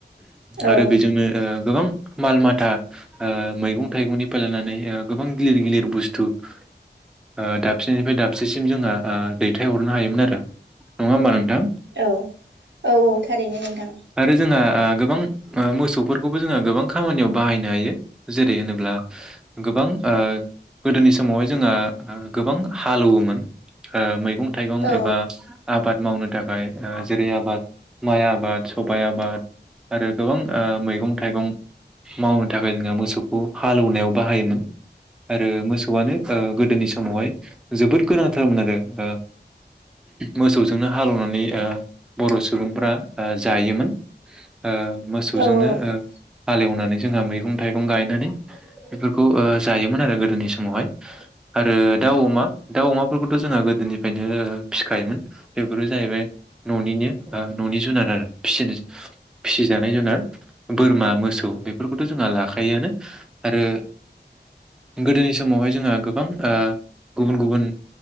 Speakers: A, in the centre; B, on the right (about 80°).
A: आरो
B: औ
A: बेजोंनो ओ गोबां माल माथा ओ मैगं थाइगंनिफ्राय लानानै ओ गोबां गिलिर गिलिर बुस्थु ओ दाबसेनिफ्राय दाबसेसिम जोंहा ओ दैथायहरनो हायोमोन आरो नङा होमबा नोंथां।
B: औ औ औ थारैनो नोंथां
A: आरो जोंहा ओ गोबां मोसौफोरखौबो जोङो गोबां खामानियाव बाहायनो हायो जेरै होनोब्ला गोबां ओ गोदोनि समावहाय जोंहा ओ गोबां हालौवोमोन ओ मैगं थाइगं
B: औ
A: एबा आबाद मावनो थाखाय ओ जेरै आबाद माइ आबाद सबाय आबाद आरो गोबां मैगं थाइगं मावनो थाखाय जों मोसौखौ हालौवनायाव बाहाय बाहायोमोन आरो मोसौआनो ओ गोदोनि समावहाय जोबोद गोनांथारमोन आरो ओ मोसौजोंनो हालेवनानै ओ बर' सुबुंफ्रा ओ जायोमोन। ओ मोसौजोंनो
B: औ
A: ओ हालेवनानै जोंहा मैगं थाइगं गायनानै बेफोरखौ ओ जायोमोन आरो गोदोनि समावहाय आरो दाउ अमा दाउ अमाफोरखौथ' जोंहा गोदोनिफ्रायनो फिखायोमोन बेफोरो जाहैबाय न'निनो ओ न'नि जुनार आरो फिनो फिसिजानाय जुनार बोरमा मोसौ बेफोरखौथ' जोंहा लाखायोआनो। आरो गोदोनि समावहाय जोंहा गोबां ओ गुबुन गुबुन